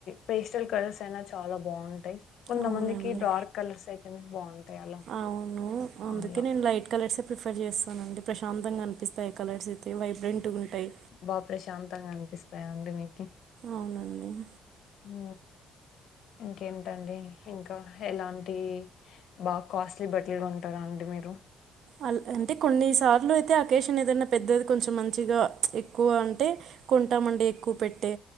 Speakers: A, on the left; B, on the right.
A: పేస్టల్ కర్స్ అయినా చాలా బాగుంటాయి కొంతమందికి
B: అవునండి
A: డార్క్ కలర్స్ అయితేనే బాగుంటాయి అలా
B: అవును అందుకే
A: అలా
B: నేను లైట్ కలర్సే ప్రిఫర్ చేస్తానండి ప్రశాంతంగా అనిపిస్తాయి కలర్స్ అయితే వైబ్రెంట్గా ఉంటాయి
A: బాగ ప్రశాంతంగా అనిపి స్త్ ర్యా అండి మీ
B: అవునండి
A: ఆ ఇంకేంటండి ఇంకా ఎలాంటి బాగా కాస్ట్లీ బట్టలు గోంటారా అండి మీరు
B: అ అంటే కొన్నిసార్లు అయితే అకేషన్ ఏదైనా పెద్దది కొంచెం మంచిగా ఎక్కువ అంటే కొంటామండి ఎక్కువ పెట్టే